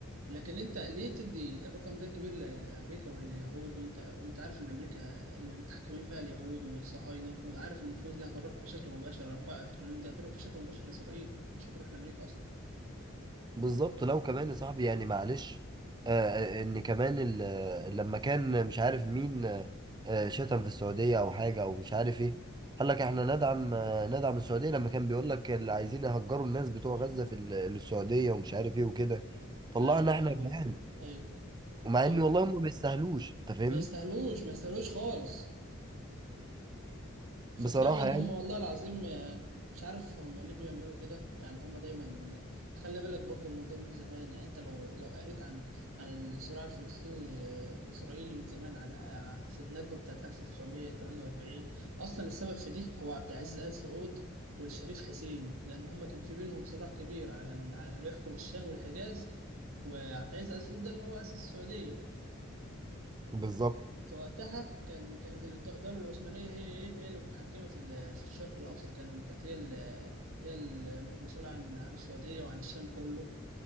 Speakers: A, on the right; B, on the right.
A: لكن انت ليه تدي الرقم ده كبير ل- لامريكا واليهود وانت وانت عارف ان امريكا اللي متحكمين فيها اليهود والصهاينه وعارف ان الفلوس دي هتروح بشكل مباشر 4 تريليون دي هتروح بشكل مباشر لاسرائيل مش هتروح لامريكا اصلا
B: بالظبط لو كمان يا صاحبي يعني معلش آه آه، ان كمان ال- آه، لما كان مش عارف مين آه آه، شتم في السعوديه او حاجه او مش عارف ايه قال لك احنا ندعم آه ندعم السعوديه لما كان بيقول لك اللي عايزين يهجروا الناس بتوع غزه في ال- السعوديه ومش عارف ايه وكده طلعنا
A: ايوه
B: احنا
A: ايوه
B: بنعان
A: ايوه ايوه
B: ومع
A: ايوه
B: ان والله هم ما يستاهلوش انت فاهمني
A: ما يستاهلوش ما يستاهلوش خالص ففعلا
B: بصراحه يعني
A: هم والله العظيم آه، مش عارف هم ليه بيعملوا كده يعني هم دايما خلي بالك برضو الموضوع من زمان يعني انت لو لو قريت عن عن الصراع الفلسطيني آه، الاسرائيلي من زمان على آه، في النكبه بتاعت 1948 اصلا السبب في دي هو عبد العزيز ال سعود والشريف حسين لان هم كان في بينهم صراع كبير على ال- على اللي يحكم الشام والحجاز وعبد العزيز ال سعود ده اللي هو اسس السعوديه
B: بالظبط
A: فوقتها كان كانت الد- الدولة العثمانية هي ايه هي اللي متحكمة في ال- في الشرق الأوسط كان كانت هي ال- هي المسؤولة عن عن السعودية وعن الشام كله